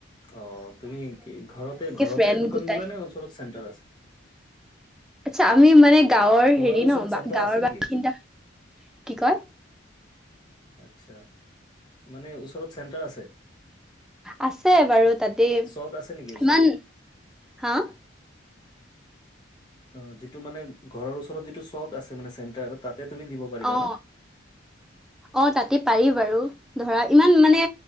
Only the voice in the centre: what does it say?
ফ্ৰেণ্ড
গোটাই
আচ্ছা আমি মানে গাঁৱৰ
হেৰি
ন'
গাঁৱৰ
বাসিন্দা কি কয়?
আছে বাৰু তাতেই ইমান
হাঁ?
অ
অ', তাতে পাৰি বাৰু ধৰা ইমান মানে